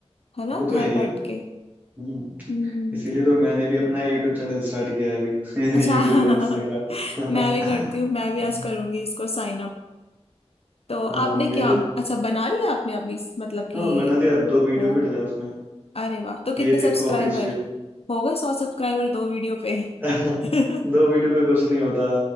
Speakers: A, on the left (about 60°); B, on the right (about 15°).
A: है ना
B: वो तो
A: घर
B: है ही है
A: बैठ के
B: हम्म
A: हम्म
B: इसीलिए तो मैंने भी अपना यूट्यूब चैनल स्टार्ट किया है अभी
A: अच्छा
B: <laughs> यूट्यूब
A: <laughs>
B: और इंस्टाग्राम
A: मैं भी करती
B: <laughs>
A: हूँ मैं भी आज करूंगी इसको साइन अप तो
B: हाँ
A: आपने
B: मेरे
A: क्या अच्छा बना लिया आपने अभी मतलब कि
B: हाँ मनाली अब दो वीडियो
A: ओ
B: भी डला उसमें
A: अरे वाह तो कितने
B: ये
A: सब्सक्राइबर
B: देखो ऑफिशियल
A: हो गए सौ सब्सक्राइबर दो वीडियो पे
B: <laughs>
A: <laughs>
B: दो वीडियो पे कुछ नहीं होता